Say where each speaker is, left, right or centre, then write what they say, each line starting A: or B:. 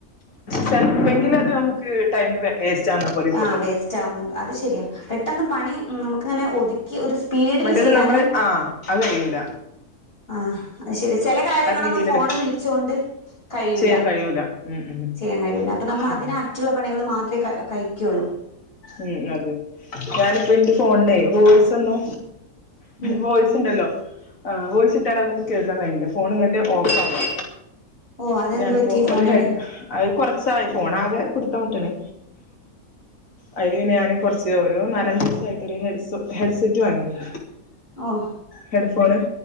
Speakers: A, on the left; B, on the left.
A: ചെലപ്പേങ്കിലത് നമുക്ക് ടൈം വേസ്റ്റ് ആവുന്ന പോലെ
B: ആഹ്
A: തോന്നും
B: വേസ്റ്റ് ആവുന്നുണ്ട് അത് ശെരിയാ പെട്ടെന്ന് പണി നമുക്കിങ്ങനെ ഒതുക്ക ക്കി ഒരു സ്പീഡില്
A: മറ്റേത്
B: ചെയ്യാൻ
A: നമ്മള് ആ അത് കയ്യൂല
B: ആഹ് അത് ശരി ചെല കാര്യങ്ങളൊന്നും
A: രീതിയിലല്ലേ
B: ഫോണ് വിളിച്ചോണ്ട് കഴിയുല
A: ചെയ്യാൻ കഴിയൂല ഉം ഉം
B: ചെയ്യാൻ കഴിയൂല. അപ്പൊ നമ്മളതിനാപ്റ്റുള്ള
A: ശരിയാണ്
B: പണികള് മാത്രേ ക കയിക്കുള്ളൂ.
A: ഉം അതെ. ഞാനിപ്പോ ഇന്റെ ഫോണിന്നെ വോയ്സൊന്നു
B: ഉം
A: വോയ്സ്ണ്ടല്ലോ അ വോയിസിട്ടാലതൊന്നും കേൾക്കാൻ കഴിയൂല്ല. ഫോണ് ഇങ്ങട്ട് ഓഫാവാ.
B: ഓ അതെന്ത്
A: അപ്പൊ ഞാനിപ്പോ
B: പറ്റി ഫോണിന്
A: ഒരു ഹെഡ് അഹ് കൊറച്ചായി ഫോണാകെ പിടുത്തംവിട്ടിന്. അയ്ല് പിന്നെ ഞാന് കൊറച്ച് ഓരൊ നാലഞ്ച് യിട്ടൊരു ഹെഡ്സ് ഹെഡ് സെറ്റ് വാങ്ങീന്.
B: ഓഹ്.
A: ഹെഡ്ഫോണ്